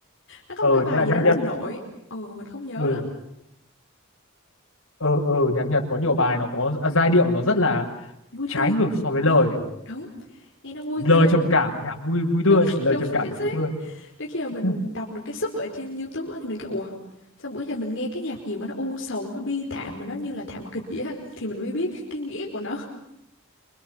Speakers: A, on the left (about 60°); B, on the left (about 85°).
A: nó có
B: Ừ,
A: một cái bài
B: nhạc
A: gì
B: nhạc
A: đó rất
B: Nhật.
A: là nổi ừ mà mình không nhớ
B: Ừ.
A: nữa
B: Ừ, ừ, nhạc Nhật có nhiều bài nó có giai điệu nó rất là
A: vui
B: trái
A: tươi
B: ngược so với lời
A: ồ đúng nghe nó vui
B: lời
A: tươi
B: trầm cảm nhạc vui vui tươi
A: đúng
B: lời
A: đúng
B: trầm cảm
A: chính
B: nhạc
A: xác
B: vui tươi
A: đến khi mà mình
B: <laughs>
A: đọc được cái sub ở trên YouTube á, thì mình kêu ủa sao bữa giờ mình nghe cái nhạc gì mà nó u sầu nó bi thảm mà nó như là thảm kịch vậy á <laughs> thì mình mới biết cái nghĩa của nó